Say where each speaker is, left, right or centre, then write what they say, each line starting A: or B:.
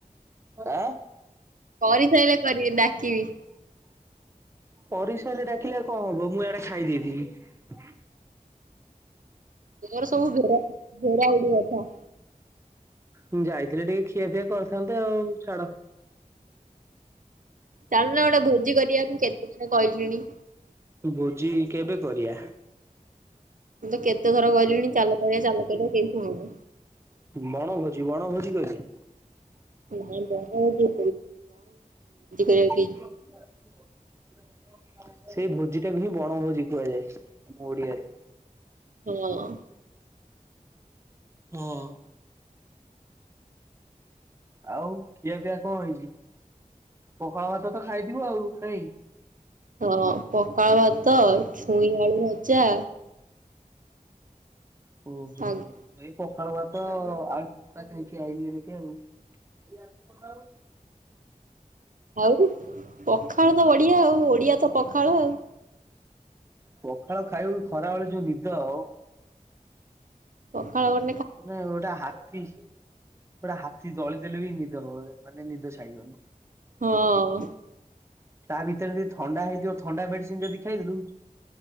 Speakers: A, on the right; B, on the right.
A: ଆଁ
B: କରିସାଇଲେ କରିବି ଡାକିବି।
A: କରିସାଇଲେ ଡାକିଲେ କ'ଣ ହବ ମୁଁ ଆଡେ ଖାଇ ଦେଇଥିବି।
B: ତ ତର ସବୁ ଘେରା ଘେରା ଉଡିବଥା
A: ମୁଁ ଯାଇଥିଲି ଟିକେ ଖିଆ ପିଆ କରିଥାନ୍ତେ। ଆଉ ଛାଡ
B: ଚାଲୁ ନା ଗୋଟେ ଭୋଜି କରିବା ମୁଁ କେତେ ଦିନୁ କହିଲିଣି।
A: ଭୋଜି କେବେ କରିଆ?
B: ମୁଁ ତ କେତେଥର ଗଲିଣି ଚାଲ କରିବା ଚାଲ କରିବା କେହି ଶୁଣୁନ।
A: ବଣଭୋଜି ବଣଭୋଜି କରିବା।
B: ନାଣ କଣ ବୋଝି କରିବା କି <unintelligible>
A: ହ <unintelligible> ସେଇ ଭୋଜି ଟାକୁ ହିଁ ବଣ ଭୋଜି କୁହାଯାଏ ଆମ ଓଡିଆରେ।
B: ହଁଅଁ।
A: ହଁଅଁ ଆଉ ଖିଆ ପିଆ କ'ଣ ହେଇଛି? ପଖାଳ ଭାତ ତ ଖାଇଥିବ ଆଉ ନାଇଁ!
B: ହଁ ପଖାଳ ଭାତ ଛୁଇଁ ଆଳୁ ଭଜା
A: ଓହୋ
B: ଶାଗ
A: ମୁଁ ଏ <unintelligible> ପଖାଳ ଭାତ ଆଳୁ ଭର୍ତ୍ତା ଖାଇକି ଆଇଲି ଏଇନକେ ଆଉ।
B: ଆଉ ପଖାଳ ତ ବଢିଆ ଆଉ ଓଡିଆ ତ ପଖାଳ ଆଉ
A: ପଖାଳ ଖାଇବ ଖରା ବେଳେ ଯୋଉ ନିଦ ଆଉ
B: ପଖାଳ ଗୋଟେ
A: ନ ଏଡା ହାକୀ <unintelligible> ପୁରା ହାତୀ ଦଳିଦେଲେ ବି ନିଦ ହ ମାନେ ନିଦ ଛାଡିବନି।
B: ହଁଅଁ
A: ତା ଭିତରେ ଯଦି ଥଣ୍ଡା ହେଇଥିବ ଥଣ୍ଡା ମେଡିସିନ ଯଦି ଖାଇଦେଲୁ।